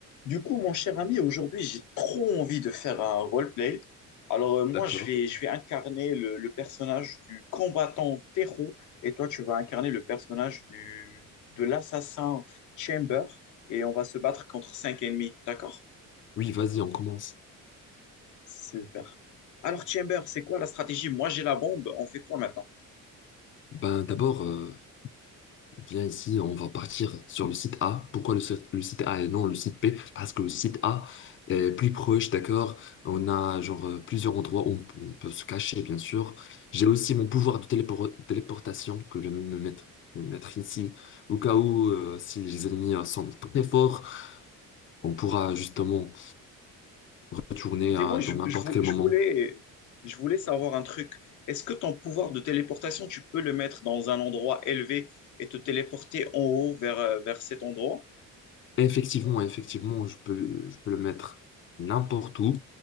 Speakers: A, on the left; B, on the left.
A: Du coup, mon cher ami, aujourd'hui, j'ai trop envie de faire un roleplay. Alors, euh, moi,
B: D'accord.
A: je vais, je vais incarner le, le personnage du combattant Tero et toi, tu vas incarner le personnage du, de l'assassin Chamber et on va se battre contre cinq ennemis. D'accord?
B: Oui, vas-y, on commence.
A: Super. Alors, Chamber, c'est quoi la stratégie? Moi, j'ai la bombe. On fait quoi maintenant?
B: Ben, d'abord, euh, viens ici, on va partir sur le site A. Pourquoi le, site le site A et non le site B? Parce que le site A est plus proche, d'accord? On a genre euh, plusieurs endroits où on, on peut se cacher, bien sûr. J'ai aussi mon pouvoir de télépor- téléportation que je viens de me mettre, de me mettre ici. Au cas où, euh, si les ennemis euh, sont très forts, on pourra justement retourner
A: Dis-moi,
B: euh,
A: je,
B: dans n'importe
A: je vou-
B: quel
A: je
B: moment.
A: voulais, je voulais savoir un truc. Est-ce que ton pouvoir de téléportation, tu peux le mettre dans un endroit élevé et te téléporter en haut vers, euh, vers cet endroit?
B: Effectivement, effectivement, je peux, je peux le mettre n'importe où.